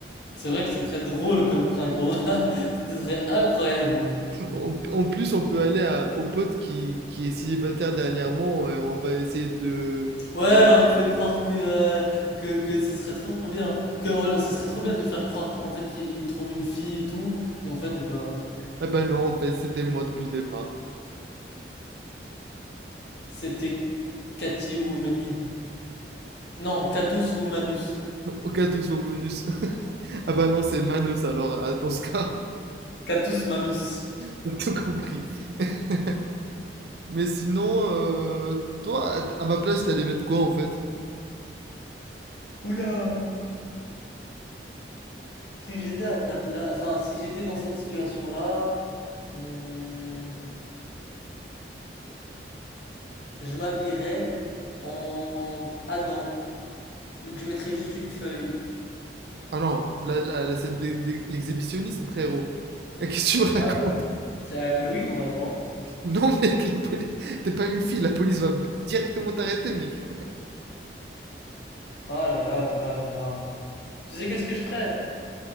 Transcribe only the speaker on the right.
En, en plus, on peut aller à, au pote qui, qui est célibataire dernièrement et on va essayer de le.
Ah bah non, en fait, c'était moi depuis le départ.
Aucun tout sur bonus. <laughs> Ah bah non, c'est Manos alors, ah, dans ce cas,
<laughs> t'as tout compris. <laughs> Mais sinon, euh, toi, à ma place, t'allais mettre quoi en fait?
Ah non, là, là, là, c'est de l'e- l'e- l'exhibitionnisme, frérot. Et Qu'est-ce que tu me racontes?
<laughs>
Non, mec, la police... T'es pas une fille, la police va directement t'arrêter, mec.